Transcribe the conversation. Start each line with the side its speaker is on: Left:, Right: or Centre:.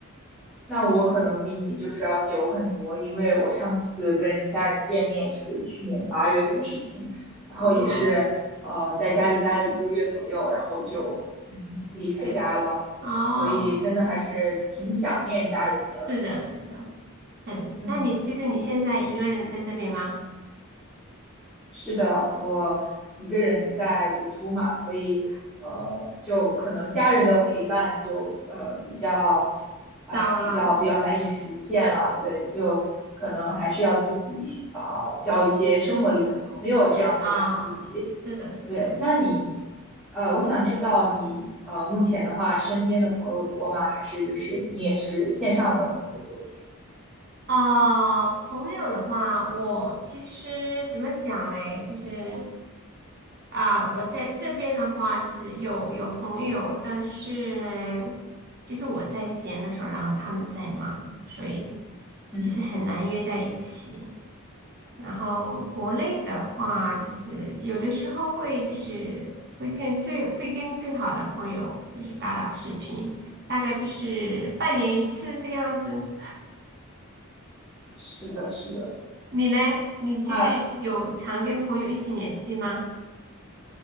Centre: 那我可能比你就是要久很多，因为我上次跟家人见面是去年八月份的事情，然后也是呃在家里待了一个月左右，
Right: 哦，
Centre: 然后就嗯离开家了，
Right: 就是哦，
Centre: 所以真的还是挺想念家人的。
Right: 是的，
Centre: 对，
Right: 是的，很那你就是你现在一个人在这边吗？
Centre: 嗯，是的，我一个人在读书嘛，所以呃，就可能家人的陪伴就呃比较，哎，
Right: 少了
Centre: 比较比较难以实现了。对，就可能还是要自己呃交一些生活里的朋友，这样陪伴自己。
Right: 啊，是的，是的。
Centre: 对，那你呃，我想知道你呃目前的话，身边的朋友多吗？还是就是你也是线上的朋友多一点？
Right: 啊、朋友的话，我其实怎么讲嘞？就是啊、我在这边的话，就是有有朋友，但是呢，就是我在闲的时候，然后他们在忙，所以
Centre: 嗯，
Right: 就是很难约在一起。然后国内的话，就是有的时候会就是会跟最会跟最好的朋友就是打打视频，大概就是半年一次这个样子。
Centre: 是的，是的。
Right: 你嘞？你就是有常跟朋友一起联系吗？
Centre: 那